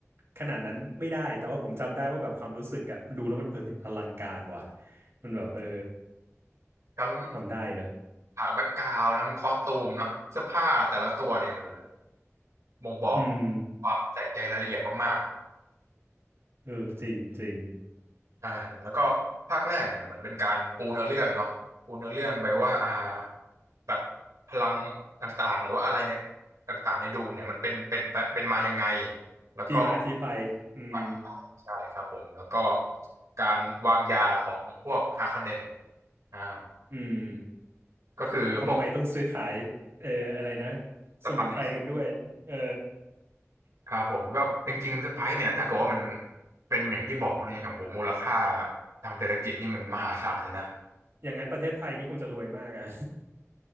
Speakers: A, on the right (about 55°); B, on the right (about 80°).
A: ขนาดนั้นไม่ได้แต่ว่าผมจำได้ว่าแบบความรู้สึกอะดูแล้วมันเออมันอลังการว่ะมันแบบเออ
B: ทั้ง
A: ทำได้เนอะ
B: ฉากแบ็กกราวด์ทั้งคอสตูมเนาะเสื้อผ้าแต่ละตัวเนี่ยโอ้โหบ่งบอก
A: อืม
B: ความใส่ใจรายละเอียดมาก
A: เออจริงจริง
B: ๆใช่แล้วก็ภาคแรกเนี่ยเหมือนเป็นการปูเนื้อเรื่องเนาะปูเนื้อเรื่องไปว่าอ่าแบบพลังต่างๆหรือว่าอะไรเนี่ยต่างๆในดูเนี่ยมันเป็นเป็นเป็นเป็นมายังไงแล้วก็
A: ที่มาที่ไปอืม
B: มาที่ไปใช่ครับผมแล้วก็การวางยาของพวกฮาคอนเนนอ่า
A: อืม
B: ก็คือพวก
A: ทำไมต้องซื้อขายเอออะไรนะ
B: สปาย
A: สมุนไพรกันด้วยเออ
B: ครับผมก็จริงๆรไพร์เนี่ยถ้าเกิดว่ามันเป็นอย่างที่บอกนี่โอ้โหมูลค่าทางเศรษฐกิจนี่มันมหาศาลเลยนะ
A: อย่างนั้นประเทศไทยนี่คงจะรวยมากอะ